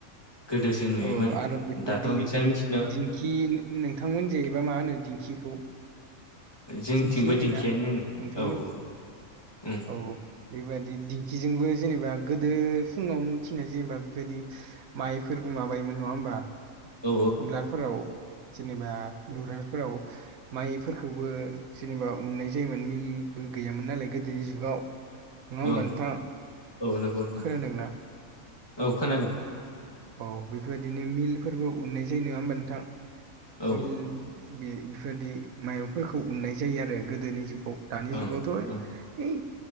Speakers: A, on the left; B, on the right.
A: गोदोसो नुयोमोन
B: औ आरो बेफोरबायदि
A: दाथ' मिक्सार मिसिनाव
B: दिंखि नोंथांमोन जेैबा मा होनो दिंखिखौ।
A: जोंथिंबो
B: दिंखि होनोना
A: दिंखियानो होनो
B: नोंथांमोनखौ
A: औ औ।
B: औ बेबादि दिंखिजोंबो जेनेबा गोदो फुङावनो उथिनाय जेनेबा बेफोरबायदि माइफोरबो माबायोमोन नङा होमबा
A: औ
B: उलार। फोराव जेनेबा उवालफोराव माइ फोरखौबो जेनेबा उनाय जायोमोन मिलाबो गैयामोन नालाय गोदोनि जुगाव नडा होनबा
A: ओं
B: नोंथां?
A: औ नंगौ नोंथ
B: खोनादोंना
A: औ खोनादों।
B: औ बेफोरबायदिनो मिलफोरबो उनाय जायो नङा होमबा नोंथां
A: औ
B: मिल बे बेबायदि माइरंफोरखौ उननाय जायो आरो गोदोनि जुगाव दानि
A: ओं
B: जुगावथ'।
A: ओं
B: हैइ